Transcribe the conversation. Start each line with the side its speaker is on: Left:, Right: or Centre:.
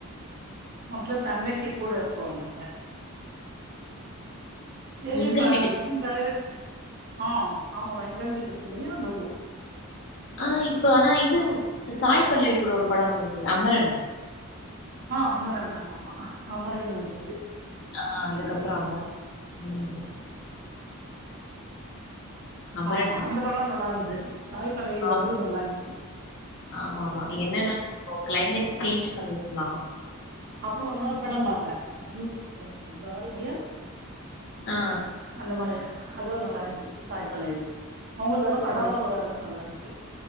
Right: ஒத்த தங்கச்சி கூட இருக் கோ மேல செரிப்பா
Left: எங்கள் வீட்டு
Right: <unintelligible> ஆ ஆமாமா எங்க வீட்டு பிள்ளையோ என்னவோ
Left: ஆ இப்ப ஆனா இதுவ் சாய் பல்லவி கூட ஒரு படோ வந்துது அமரன்
Right: ஆ அமரன் ஆமாமா அ அமரன் வந்துது
Left: ஆ அதுக்கப்புறம்
Right: ம்
Left: அமரன். ம். அமரன்
Right: ஆமா
Left: படம்.
Right: அந்த படோ நல்லாந்துது சாய் பல்லவியதூ
Left: ஆம்.
Right: நல்லாந்த்ச்சு
Left: ஆமாமா என்னன்னா போ க்ளைமேக்ஸ் சேஞ்ச் பண்ணிருக்லா
Right: அப்றோ இன்னொரு படம் பாத்தே அதுவு சூப்பராந்துது இந்த வாரோ கியா
Left: ஆ.
Right: அந்த மாரி அதுவு நல்லாந்த்ச்சு சாய்பல்லவி அவங்கள்து வரூ படோலா
Left: ஓ.
Right: ஓரளவ்கு நல்லார்க்கு